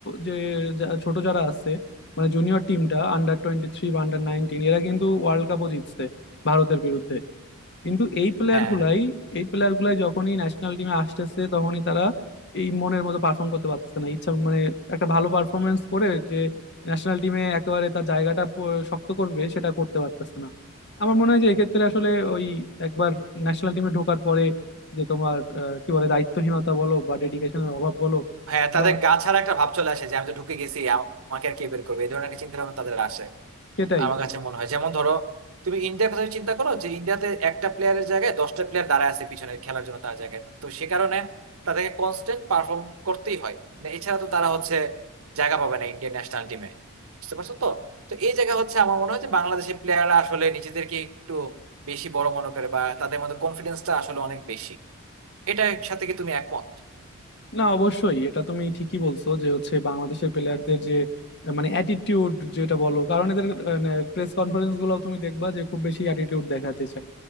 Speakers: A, on the left; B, on the right.
A: যে যা- ছোট যারা আছে মানে জুনিয়র টিমটা আন্ডার টোয়েন্টি থ্রি বা আন্ডার নাইনটিন এরা কিন্তু ওয়ার্ল্ড কাপও জিতছে ভারতের বিরুদ্ধে কিন্তু এই প্লেয়ার
B: হ্যাঁ
A: গুলাই এই প্লেয়ার গুলাই যখনই ন্যাশনাল টিমে আসতেছে তখনই তারা এই মনের মতো পারফর্ম করতে পারতেছে না ইচ্ছা মানে একটা ভালো পারফরমেন্স করে যে ন্যাশনাল টিমে একেবারে তার জায়গাটা প- শক্ত করবে সেটা করতে পারতেছে না আমার মনে হয় যে এক্ষেত্রে আসলে ওই একবার ন্যাশনাল টিমে ঢোকার পরে যে তোমার আহ, কি বলে দায়িত্বহীনতা বলো বা ডেডিকেশনের অভাব বলো
B: হ্যাঁ তাদের
A: বা
B: গা ছাড়া একটা ভাব চলে আসে যে আমি তো ঢুকে গেছি আমাকে আর কে বের করবে এই ধরনের একটা চিন্তা ভাবনা তাদের আসে
A: সেটাই
B: আমার কাছে মনে হয় যেমন ধরো তুমি ইন্ডিয়ার কথা চিন্তা করো যে ইন্ডিয়াতে একটা প্লেয়ারের জায়গায় দশটা প্লেয়ার দাঁড়ায় আছে পিছনে খেলার জন্য তার জায়গায় তো সে কারণে তাদেরকে কনস্ট্যান্ট পারফর্ম করতেই হয় না এছাড়া তো তারা হচ্ছে জায়গা পাবে না ইন্ডিয়ান ন্যাশনাল টিমে বুঝতে পারছো তো তো এই জায়গা হচ্ছে আমার মনে হয় যে বাংলাদেশের প্লেয়াররা আসলে নিজেদেরকে একটু বেশি বড় মনে করে বা তাদের মধ্যে কনফিডেন্সটা আসলে অনেক বেশি এটার সাথে কি তুমি একমত
A: না অবশ্যই এটা তুমি ঠিকই বলছো যে হচ্ছে বাংলাদেশের প্লেয়ারদের যে আহ, মানে অ্যাটিটিউড যেটা বলো কারণ এদের প্রেস কনফারেন্স গুলো তুমি দেখবা যে খুব বেশি অ্যাটিটিউড দেখাতে চায়